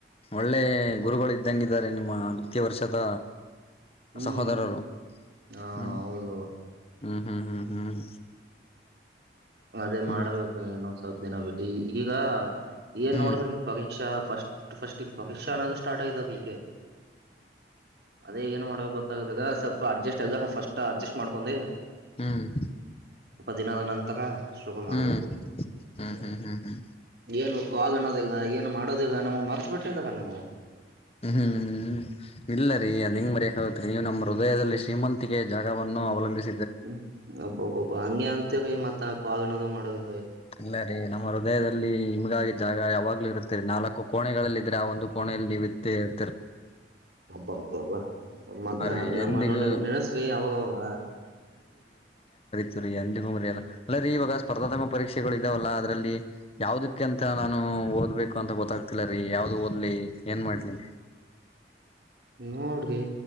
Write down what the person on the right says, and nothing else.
ಹ್ಮ್
ಹ
ಹೌದು
ಅದೇ ಮಾಡ್ಬೇಕು
ಏನು ಹಪ್ಪ ದಿನಬಟ್ಟ ಈಗ ಏನ್
ನೋಡದ ಇಪ್ಪ ಶಕ್ಷ ಫಸ್ಟ್ ಫಸ್ಟ್ ಇ ಶಿಕ್ಷ ಅನ್ನುದ ಸ್ಟಾರ್ಟ್ ಆಗ ಈಕೆ ಅದೇ ಏನ್ ಮಾಡ್ಬೇಕ ಗತ್ತ ಆದಾಗ ಸಪ್ಪ್ ಅಡ್ಜಸ್ಟ್ ಆಗಾಗ ಫಸ್ಟ್ ಅಡ್ಜಸ್ಟ್ ಮಾಡ್ಕೊಂಡಿ
ದಿನದ ನಂತರ. ತಕ. ಶುಕ ಮಾಡ್ಬೇಕು
ಹ್ಮ.
ಏನು ಕಾಗ್ ಅನ್ನೋದ ಇಲ್ಲಾ ಏನು ಮಾಡೋದ ಇಲ್ಲಾ ನಮ್ಗ್ ಮಾರ್ತ ಬಿಟ್ಟಿದೀರಾ ನೀವು
ಹ್ಮ್ ಅಬ್ಬಬಬ್ಬಾ ಹಂಗೆ ಅಂತ ಕ ಮತ್ತತ ಕಾಲ್ನದು ಮಾಡೋದು.
ಹಬ್ಬಾ ಹಬ್ಬ ಹಬ್ಬ ಮ
ನ ನಮ್ಮ
ನೆನೆಸ್ರಿ ಅವಾಗವಾಗ.
ನೋಡ್ರಿ